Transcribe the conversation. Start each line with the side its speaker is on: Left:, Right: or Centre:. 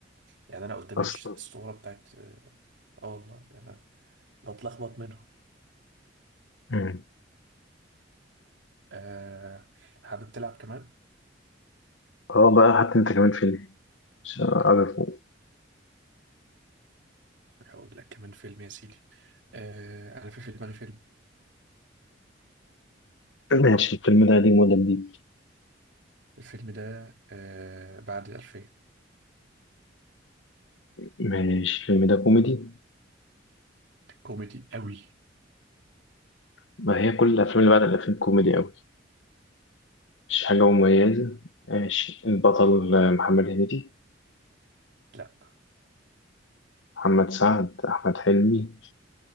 Right: يعني انا قدامي
Left: أصلا
Right: الش- الصوره بتاعت اه آه والله يعني أنا بتلخبط منهم
Left: مم.
Right: آه حابب تلعب كمان
Left: أه بقى حتى أنت كمان فيلم عشان أعرفه
Right: هقول لك كمان فيلم يا سيدي آه انا في في دماغي فيلم
Left: ماشي الفيلم ده قديم ولا جديد؟
Right: الفيلم ده آه بعد 2000
Left: ماشي الفيلم ده كوميدي
Right: كوميدي قوي
Left: ما هي كل الأفلام اللي بعد الأفلام كوميدي أوي مش حاجة مميزة ماشي البطل آه، محمد هنيدي
Right: لا
Left: محمد سعد أحمد حلمي